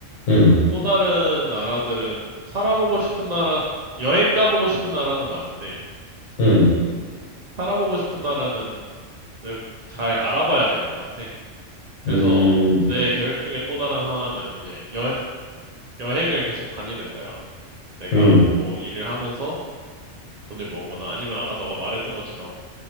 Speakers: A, on the left (about 75°); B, on the right (about 80°).
A: 음,
B: 또 다른 나라들은 살아보고 싶은 나라, 여행 가보고 싶은 나라는 많은데,
A: 음,
B: 살아보고 싶은 나라는 근데 잘 알아봐야 될 것 같아. 그래서
A: 음,
B: 내 계획 중에 또 다른 하나는 이제 여, 여행을 계속 다니는 거야. 내가
A: 음,
B: 뭐 일을 하면서 돈을 모으거나 아니면 아까 너가 말했던 것처럼